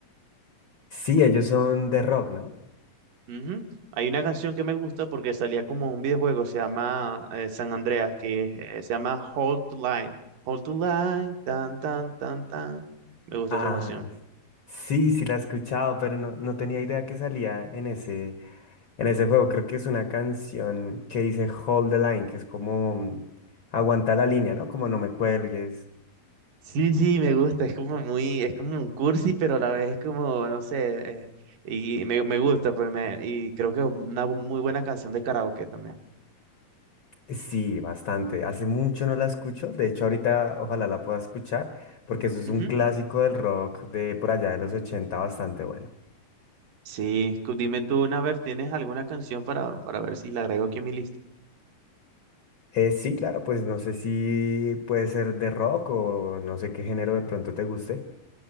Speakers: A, on the left (about 60°); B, on the right (about 70°).
A: Sí, ellos son de rock, ¿no?
B: Ujú. Hay una canción que me gusta porque salía como un videojuego, se llama eh, San Andreas, que eh, se llama Hold to Line. Hold to Line, tan, tan, tan, tan. Me gusta
A: Ah,
B: esa canción.
A: sí, sí la he escuchado, pero no, no tenía idea que salía en ese, en ese juego. Creo que es una canción que dice Hold the Line, que es como mm, aguanta la línea, ¿no? Como no me cuelgues.
B: Sí, sí, me gusta, es como muy, es como un cursi, pero a la vez es como, no sé, eh, y me, me gusta, pues me, y creo que es una bu- muy buena canción de karaoke también.
A: Sí, bastante. Hace mucho no la escucho. De hecho, ahorita ojalá la pueda escuchar, porque eso es
B: Ujú.
A: un clásico del rock de por allá de los 80, bastante bueno.
B: Sí, cu- dime tú, una Naver, ¿tienes alguna canción para, para ver si la agrego aquí en mi lista?
A: Eh, sí, claro, pues no sé si puede ser de rock o no sé qué género de pronto te guste.